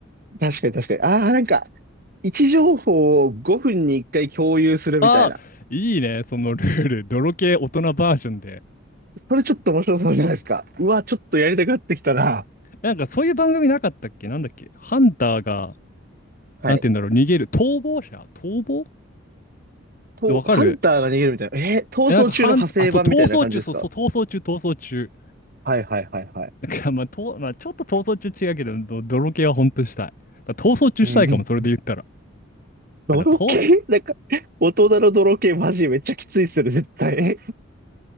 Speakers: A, on the right; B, on the left.
A: 確かに確かに。ああ、なんか、位置情報を5分に1回共有するみたいな。
B: ああ、いいね、そのルール。泥系大人バージョンで。
A: これちょっと面白そうじゃないですか。うわ、ちょっとやりたくなってきたな。
B: なんかそういう番組なかったっけなんだっけハンターが、
A: はい。
B: なんて言うんだろう、逃げる。逃亡者逃亡
A: と、
B: わかる
A: ハンターが逃げるみたいな。えー逃走中の派生版みたいな感じですか
B: え、なんかハン、あ、そう、逃走中、そうそう、逃走中、逃走中。
A: はいはいはいはい。
B: なんか、まあ、と、まあ、ちょっと逃走中違うけど、ど泥系はほんとしたい。だから逃走中したいかも、
A: うん。
B: それで言ったら。
A: 泥系なんか、
B: あ、じゃあ、と、
A: 大人の泥系マジめっちゃきついっすよね、絶対。え、